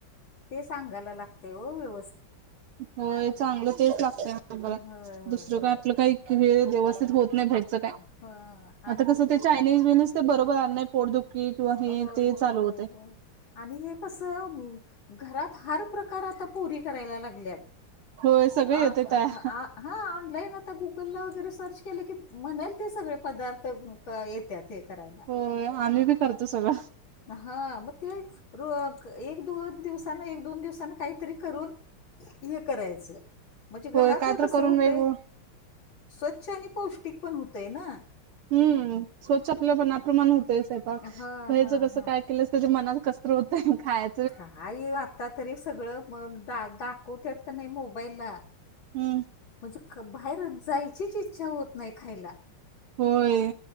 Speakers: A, on the left; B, on the right.
A: ते सांगायला लागतय ओ
B: होय चांगलं तेच लागतंय बर
A: होय होय
B: दुसरं
A: होय
B: काय आपलं काही वेळ व्यवस्थित होत नाही बाहेरच काय
A: हा
B: आता कसं ते चायनीज बिनिज ते बरोबर आल नाही पोटदुखी किंवा हे
A: होय
B: ते
A: होय
B: चालू
A: होय
B: होतय
A: होय आणि हे कसं घरात हर प्रकार आता पोरी करायला लागल्यात
B: होय सगळे
A: आ
B: येतंय तयार
A: आ हा ऑनलाईन आता गुगलला वगैरे सर्च केलं की म्हणेल ते सगळे पदार्थ येत्यात हे करायला
B: होय आम्ही बी करतो सगळं
A: हा म तेच एक दोन दिवसान एक दोन दिवसान काहीतरी करून हे करायचं म्हणजे घरातलं
B: होय काय तर
A: कसं
B: करून
A: होतंय
B: वेग
A: स्वच्छ आणि पौष्टिक पण होतय ना
B: हू स्वच्छ आपल्या मनाप्रमाण होतय साहेबच
A: हा हा
B: कस
A: हा
B: काय केलं तुझ्या मनात कस तर होतय खाय
A: काय आता तरी सगळं म दाखवत्यात कणी मोबाईलला
B: हू
A: म्हणजे बाहेरं जायचीच इच्छा होत नाही खायला
B: होय